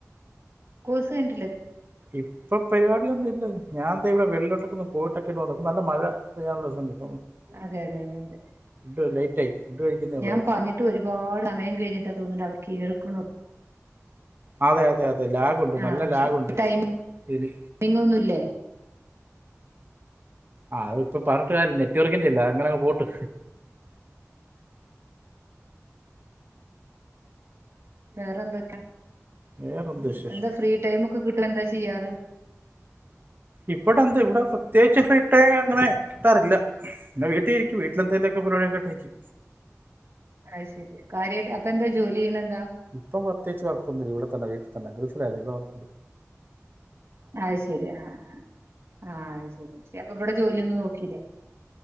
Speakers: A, on the right (about 55°); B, on the right (about 40°).
A: കോഴ്സ് കയ്ഞ്ഞിട്ടില്ലെ
B: ഇപ്പൊ പരിപാടിയൊന്നും ഇല്ല ഞാൻ ദേ ഇവിടെ വെള്ളോട്ടൊക്കൊന്ന് പോയിട്ടൊക്കെണ്ട വന്നി ഇന്ന് നല്ല മഴ പെയ്യാനുള്ള <unintelligible>
A: അതെ അതെ അതെ അതെ
B: ടോ ലേറ്റായി ഫുഡ് കഴിക്കുന്നേ ഉള്ളൂ
A: ഞാൻ പറഞ്ഞിട്ട് ഒരുപാട് സമയം കഴിഞ്ഞിട്ടാ തോന്നിണ്ട് അവര് കേൾക്കണു
B: അതെ അതെ അതെ ലാഗുണ്ട്
A: ആ
B: നല്ല ലാഗുണ്ട്
A: ശരി ടൈമിംഗ്
B: ഇതില്
A: ഒന്നുംല്ലേ
B: ആ അത് ഇപ്പൊ പറഞ്ഞിട്ട് കാര്യംന്നെ കുട്ടറക്കിന്റില്ല അങ്ങനെ പോട്ട്
A: വേറെ എന്തൊക്കെ
B: വേറെന്ത് വിശേഷം
A: എന്താ ഫ്രീ ടൈമൊക്കെ കിട്ടണ എന്താ ചെയ്യാറ്
B: ഇബടെ എന്ത് ഇവിടെ പ്രത്യേകിച്ച് ഫ്രീട്ടയിം അങ്ങനെ കിട്ടാറില്ല പിന്നെ വീട്ടി ഇരിക്കും വീട്ടിലെന്തെലുംക്കെ പരിപാടി ഒക്കെട്ടിരിക്കും
A: അയ്ശെരി കാര്യായിട്ട് അപ്പൊ എന്താ ജോലി വീണൻ
B: ഇപ്പം പ്രത്യേകിച്ച് വർക്കൊന്നില്ല ഇവിടെ തന്നെ വീട്ടിൽ തന്നെ ഗൾഫിലായിര്ന്ന് <unintelligible>
A: അയ്ശരി ആ ആ ആ ആത്ശരി ശരി അപ്പൊ ഇവിടെ ജോലിയൊന്നും നോക്കിലേ